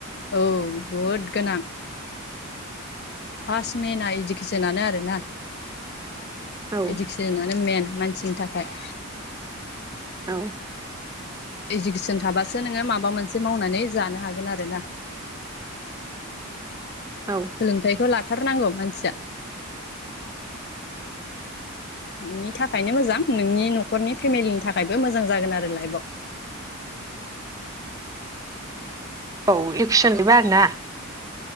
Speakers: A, on the left (about 50°); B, on the right (about 15°).
A: औ बहुद गोनां। फार्स्ट मेना इडुकेसनानो आरोना।
B: औ
A: इदुकेसनआनो मेन मा <unintelligible> थाखाय।
B: औ।
A: इडुकेसन थाबासो नोङो माबा मोनसे मावनानै जानो हागोन आरोना।
B: औ
A: सोलोंथायाइखौ <unintelligible> <unintelligible> थारनांगौ मानसिया। <unintelligible> थाखायनो मोजां नोंनि न'खरनि फेमिलिनि थाखायबो मोजां जागोन आरो लाइफआव।
B: औ <unintelligible> आरो ना।